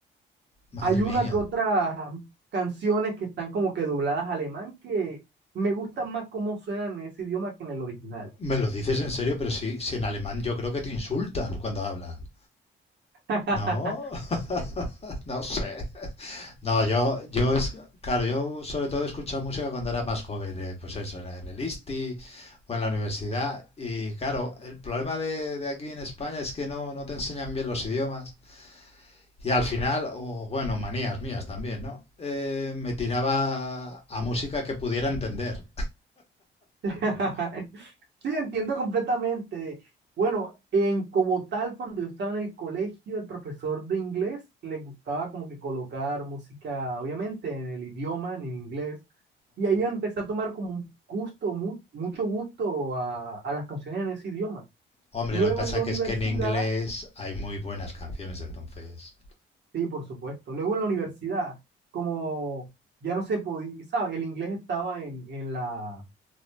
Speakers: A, on the left (about 30°); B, on the right (about 60°).
A: Madre
B: Hay una
A: mía.
B: que otra canciones que están como que dobladas a alemán que me gustan más cómo suenan en ese idioma que en el original.
A: Me lo dices en serio, pero si, si en alemán yo creo que te insultan cuando hablan.
B: <laughs>
A: No, <laughs> no sé. No, yo, yo es, claro, yo sobre todo he escuchado música cuando era más joven, eh, pues eso, en, en el ISTI o en la universidad. Y claro, el problema de, de aquí en España es que no, no te enseñan bien los idiomas. Y al final, o bueno, manías mías también, ¿no? Eh, me tiraba a música que pudiera entender.
B: <laughs> Sí, entiendo completamente. Bueno, en como tal, cuando yo estaba en el colegio, el profesor de inglés le gustaba como que colocar música, obviamente, en el idioma, en inglés. Y ahí empecé a tomar como un gusto, mu- mucho gusto a, a las canciones en ese idioma.
A: Hombre,
B: Luego
A: lo que pasa
B: en la universidad,
A: que es que en inglés hay muy buenas canciones, entonces.
B: sí, por supuesto. Luego en la universidad, como ya no se podía, ¿sabes? El inglés estaba en, en la,